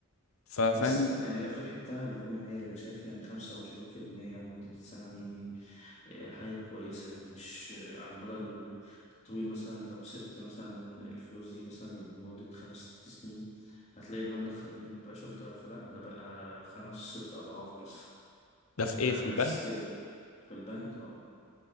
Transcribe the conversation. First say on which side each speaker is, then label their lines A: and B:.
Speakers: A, on the left; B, on the left.
A: فاهم
B: بس يعني
A: انت
B: الربح بتاعها بيكون عالي أنا شايف يعني خمسة وعشرين في المية لمدة سنة دي آه، حاجة كويسة يعني مش آه، على المدى الطويل مثلا لو سبت مثلا الفلوس دي مثلا لمدة خمس ست سنين هتلاقي المبلغ مبقاش الضعف لأ ده بقى خمس ست أضعاف مثلا
A: ده في ايه
B: انا
A: في
B: حاسس
A: البنك
B: كده في البنك اه